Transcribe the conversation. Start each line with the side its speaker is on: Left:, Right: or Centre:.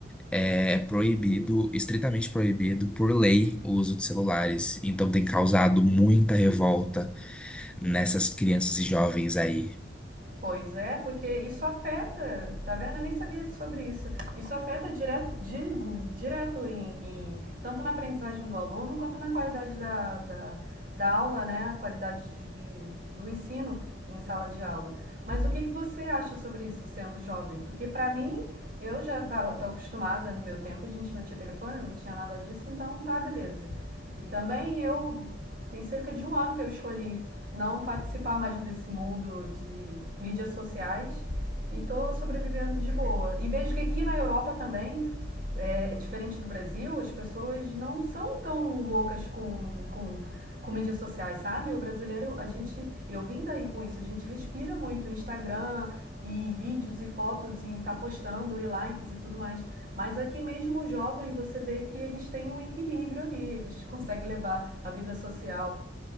Centre: é proibido, estritamente proibido por lei o uso de celulares. Então tem causado muita revolta nessas crianças e jovens aí.
Right: Pois é, porque isso afeta, tá vendo? Eu nem sabia sobre isso. Isso afeta direto, di- direto em, em- tanto na aprendizagem do aluno quanto na qualidade da, da, da aula, né? A qualidade de, de- do ensino em sala de aula. Mas o que, que você acha sobre isso, sendo jovem? Porque pra mim, eu já tá, tô acostumada, no meu tempo a gente não tinha telefone, não tinha nada disso, então tá, beleza. E também eu, tem cerca de um ano que eu escolhi não participar mais desse mundo de mídias sociais e tô sobrevivendo de boa. E vejo que aqui na Europa também, é, é diferente do Brasil, as pessoas não são tão loucas com, com, com mídias sociais, sabe? O brasileiro, a gente, eu vim daí com isso, a gente respira muito Instagram e vídeos e fotos e tá postando e likes e tudo mais. Mas aqui mesmo o jovem, você vê que eles têm um equilíbrio ali, eles conseguem levar a vida social